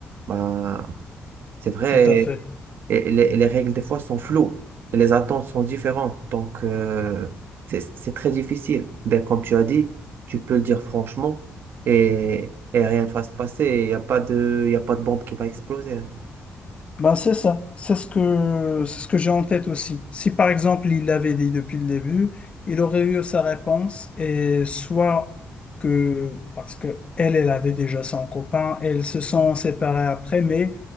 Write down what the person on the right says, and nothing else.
Ben, c'est vrai.
Et les, les règles, des fois, sont floues. Les attentes sont différentes. Donc, euh, c'est, c'est très difficile. Ben, comme tu as dit, tu peux le dire franchement et, et rien ne va se passer. Il n'y a pas de, il y a pas de bombe qui va exploser.